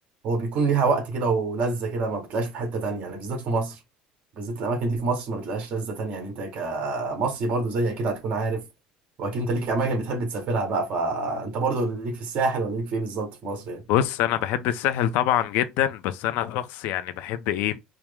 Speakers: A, on the right; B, on the left.
A: هو بيكون ليها وقت كده ولذة كده ما بتلاقيش في حتة تانية يعني بالذات في مصر بالذات الأماكن دي في مصر ما بتلاقيش لذة تانية يعني أنت كمصري برضو زي كده هتكون عارف وأكيد أنت ليك أماكن بتحب تسافرها بقى فأنت برضو ليك في الساحل ولا ليك في إيه بالظبط في مصر
B: بص انا بحب الساحل طبعا جدا بس انا آه. شخص يعني بحب ايه